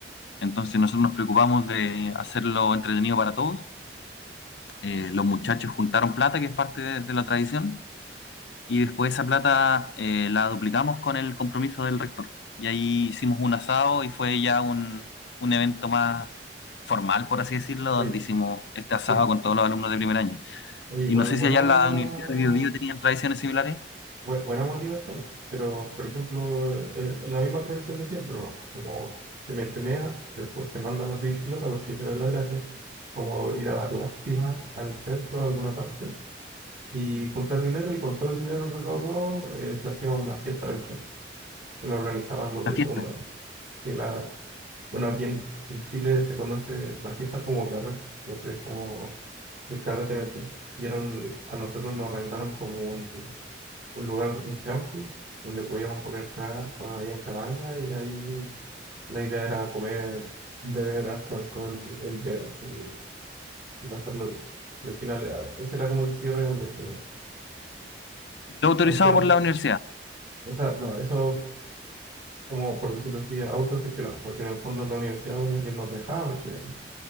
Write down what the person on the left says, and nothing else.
Entonces nosotros nos preocupamos de hacerlo entretenido para todos. Eh, los muchachos juntaron plata, que es parte de de la tradición y después esa plata eh, la duplicamos con el compromiso del rector. Y ahí hicimos un asado y fue ya un, un evento más formal, por así decirlo, donde
hicimos este
asado con todos los alumnos de primer año.
Y
no sé
si allá en la Universidad de Biobío tenían tradiciones similares,
las
fiestas.
Y todo autorizado
por la universidad.